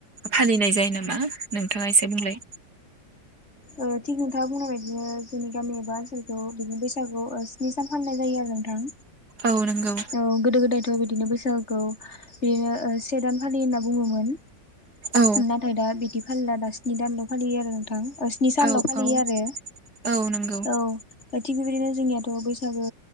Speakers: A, on the right (about 60°); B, on the left (about 40°).
A: फालिनाय जायो नामा, नोंथाङा एसे बुंलाय।
B: ओ थिग नोंथाङा बुंनाय बायदिनो जोंनि गामि एबा ओनसोलखौ बिदिनो बैसागु ओ स्नि सान फाननाय जायो आरो नोंथां।
A: औ नंगौ।
B: औ गोदो गोदायथ' बिदिनो बैसागुखौ बिदिनो से दान फालि होनना बुङोमोन।
A: औ
B: नाथाय दा बिदि फालिला दा स्नि दानल' फालियो आरो नोंथां। नि सानल'
A: औ
B: फालियो
A: औ
B: आरो
A: औ नंगौ
B: औ। ओ थिग बेबायदिनो जोंनियाथ' बैसागो